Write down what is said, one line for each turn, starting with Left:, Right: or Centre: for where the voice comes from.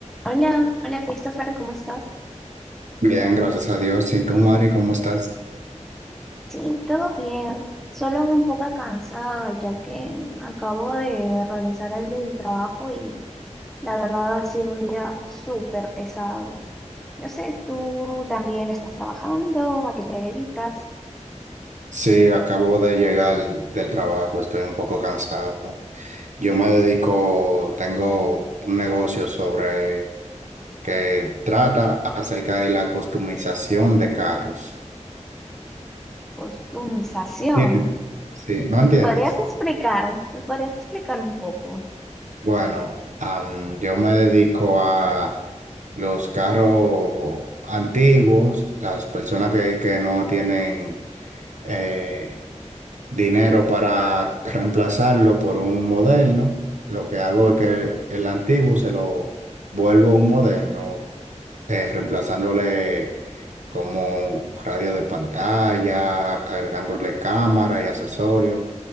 Centre: Hola, hola Christopher, ¿cómo estás?
Right: Bien, gracias a Dios. ¿Y tú, Mari, cómo estás?
Centre: Sí, todo bien, solo un poco cansada ya que acabo de regresar al del trabajo y la verdad ha sido un día súper pesado. No sé, tú también estás trabajando, ¿a qué te dedicas?
Right: Sí, acabo de llegar del trabajo, estoy un poco cansado. Yo me dedico, tengo un negocio sobre que trata acerca de la customización de carros.
Centre: Costumización.
Right: ¿Entiendes? Sí, ¿no entiendes?
Centre: ¿Me podrías explicar? ¿Me podrías explicar un poco?
Right: Bueno, am, yo me dedico a los carros antiguos, las personas que, que no tienen... eh, dinero para reemplazarlo por un moderno. Lo que hago es que el, el antiguo se lo vuelvo un moderno, eh, reemplazándole como radio de pantalla, agregándole cámara y accesorios,